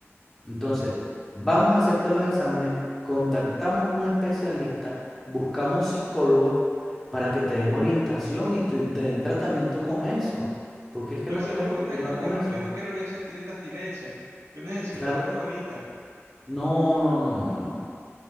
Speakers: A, in the centre; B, on the right.
A: Entonces, vamos a hacerte los exámenes, contactamos un especialista, buscamos psicólogos para que te den orientación y te, te den tratamiento con eso, porque es que
B: pero
A: no
B: seguro
A: puedes continuar
B: que me ayudan,
A: con
B: Carlos.
A: eso.
B: Yo no quiero ya sentir esta abstinencia. Yo necesito
A: Claro,
B: droga ahorita.
A: no,
B: Yo-
A: no, no, no, no, no, no.